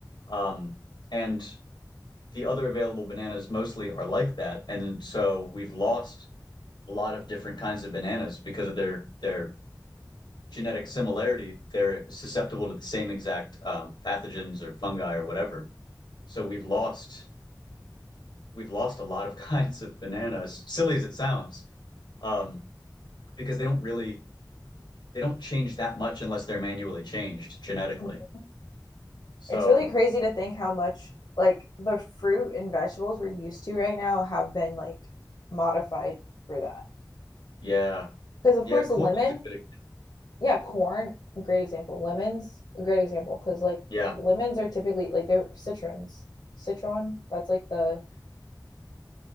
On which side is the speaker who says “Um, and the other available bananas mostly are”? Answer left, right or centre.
Left